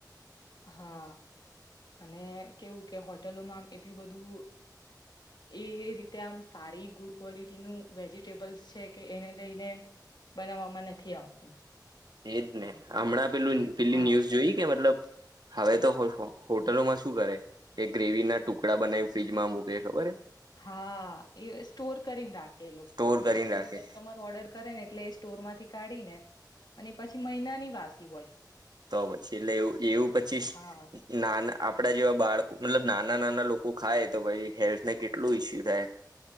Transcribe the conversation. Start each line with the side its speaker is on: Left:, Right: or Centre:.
Left: હા, અને કેવું કે હોટેલોમાં આમ એટલું બધું એ રીતે આમ સારી ગુડ ક્વોલિટીનું વેજીિટેબલ્સ છે કે એને લઈને બનાવામાં નથી આવતું.
Right: એજ ને હમણાં પેલું પેલી
Left: હા.
Right: ન્યુઝ જોઈ કે મતલબ હવે તો હોશ હો હોટલોમાં શું કરે કે ગ્રેવી ના ટુકડા બનાવી ફ્રીજમાં મૂકે ખબર એ?
Left: હા, એ સ્ટોર કરીને રાખે એ લોકો
Right: સ્ટોર કરીને
Left: પછી
Right: રાખે
Left: કોઈ કસ્ટમર ઓર્ડર કરે ને એટલે એ સ્ટો ટોર માંથી કાઢી ને અને પછી મહિનાની વાસી હોય.
Right: તો પછી એટલે એવું એવું પછી
Left: હા.
Right: નાન આપ આપડા જેવા બાળકો મતલબ નાના નાના લોકો ખાય તો પછી હેલ્થને કેટલું ઈસ્યુ થાય.